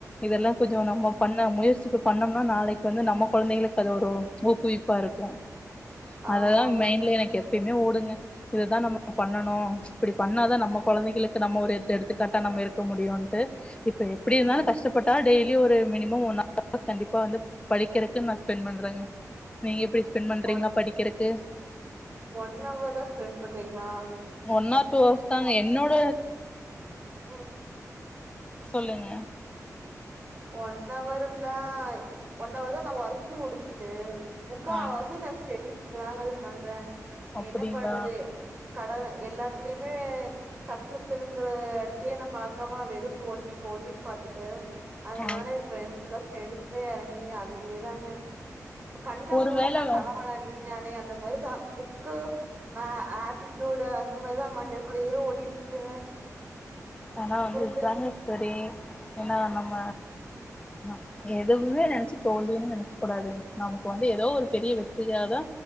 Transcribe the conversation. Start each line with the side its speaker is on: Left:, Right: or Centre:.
Left: இதெல்லா கொஞ்சோ
Right: ம்
Left: நம்ம பண் முயற்சிக்கு பண்ணோம்னா நாளைக்கு வந்து நம்ம கொழந்தைகளுக்கு அது ஒரு ஊக்குவிப்பா இருக்கு
Right: ஆமாங்க
Left: அததா மைண்டல எனக்கு எப்பயுமே ஓடுங்க இததா நம்ம பண்ணணு ம்ச் பண்ணாதா நம்ம கொழந்தைகளுக்கு
Right: ம்
Left: நம்ம ஒரு எடுத் எடுத்துக்காட்டா நம்ம இருக்க முடியுன்டு இப்ப எப்டி
Right: ம்
Left: இருந்தாலு கஷ்டப்பட் டா டெய்லி ஒரு மினிமம் ஒன் <unintelligible> ஆர்ஸ் கண்டிப்பா வந்து படிக்கிறக்குன்னு நா ஸ்பெண்ட் பண்றங்க நீங்க எப்டி ஸ்பெண்ட் பண்றிங்களா
Right: ஒன்
Left: படிக்கறக்கு
Right: ஒன் நவர் தா ஸ்பெண்ட் பண்றிங்ளா
Left: ஒன் ஆர் டூ ஹவர்ஸ் தாங்க என்னோட
Right: ம்
Left: சொல்லுங்க
Right: ஒன் அவர்ல்லா ஒன்னவர் தா நா வொர்க்கு முடிச்சிட்டு முக்காவாசி
Left: ஆ
Right: நா ஸ்டெடிஸ்க்கு தாங்க அது பண்றே
Left: அப்டிங்களா
Right: என்ன பண்றது கடந்த எல்லாத்துலயுமே ச் சக்சஸ்ஸுங்கற இடத்தையே நா பாக்காம வெறு தோல்வி தோல் தோல்வின்னு பாத்துட்டு அதனால
Left: ஆ
Right: இப்ப எப்பெல்லா ஸ்டெடிஸ்லயே இறங்கி அதுவே தாங்க இப்ப கண்ண
Left: ஒரு
Right: மூட்டுனா
Left: வேள
Right: கனவுல நீதானே அந்த மாரிதா புக்கு மே ஆப்டி டியூடு அந்த மாரிதா மண்டைக்குள்ளேயே ஓடிட்டு இருக்குங்க
Left: ஆனா
Right: உங்களுக்கு
Left: வந்து இத்தாங்க சரி ஏன்னா நம்ம ம எதுவுமே நெனைச்சி தோல்வினு நெனைக்க கூடாதுங்க நமக்கு வந்து ஏதோ ஒரு பெரிய வெற்றியாதா